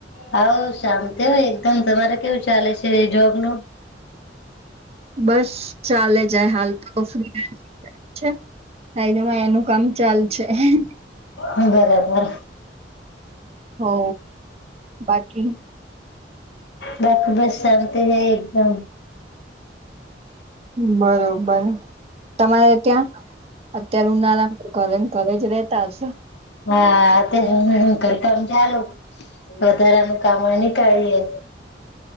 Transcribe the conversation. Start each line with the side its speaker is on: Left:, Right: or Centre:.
Left: હા હો શાંતિ હો એકદમ. તમારે કેવું ચાલે છે જોબ ને?
Right: બસ ચાલે જાય. હાલ તો કફ છેા થાઈ દમાં એનું. કામ ચાલ છે. હ્ હ્.
Left: હ બરાબર.
Right: હઓ બાકી.
Left: બાકી બસમતી છે એકદમ.
Right: બરોબર. તમારે ત્યાં અત્યારે આરામ કરે. ઘરેજ રહેતાસ
Left: હા તે હ કર કામ. ચાલું વધારાનું કામ નીકાળીયે.